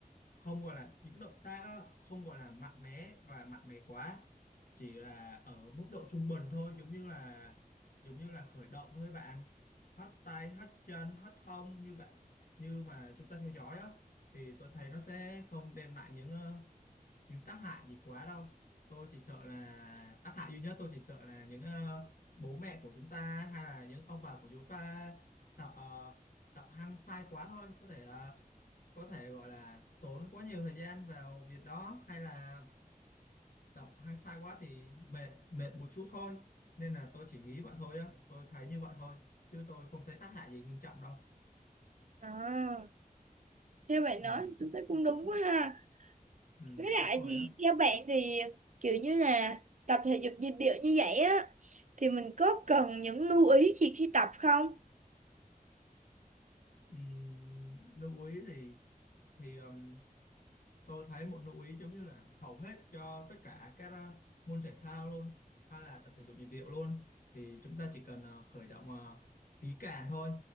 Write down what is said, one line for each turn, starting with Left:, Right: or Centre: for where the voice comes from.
Left: không gọi là những động tác á, không gọi là mạnh mẽ và mạnh mẽ quá chỉ là ở mức độ trung bình thôi giống như là giống như là khởi động thôi bạn hất tay hất chân hất hông như bạn như mà chúng ta theo dõi á thì tôi thấy nó sẽ không đem lại những những tác hại gì quá đâu tôi chỉ sợ là tác hại duy nhất tôi chỉ sợ là những ờ, bố mẹ của chúng ta hay là những ông bà của chúng ta tập ờ, tập hăng sai quá thôi có thể ờ, có thể gọi là tốn quá nhiều thời gian vào việc đó hay là tập hăng sai quá thì mệt mệt một chút thôi nên là tôi chỉ nghĩ vậy thôi á tôi thấy như vậy thôi chứ tôi không thấy tác hại gì nghiêm trọng đâu
Right: À, theo bạn nói
Left: ừ,
Right: thì tôi thấy cũng đúng quá ha.
Left: ừ
Right: Với
Left: đúng
Right: lại
Left: rồi
Right: thì
Left: á
Right: theo bạn thì kiểu như là tập thể dục nhịp điệu như vậy á thì mình có cần những lưu ý gì khi tập không?
Left: ừ, lưu ý thì thì ừm, tôi thấy một lưu ý giống như là hầu hết cho tất cả các ờ, môn thể thao luôn hay là tập thể dục nhịp điệu luôn thì chúng ta chỉ cần ờ, khởi động ờ, kỹ càng thôi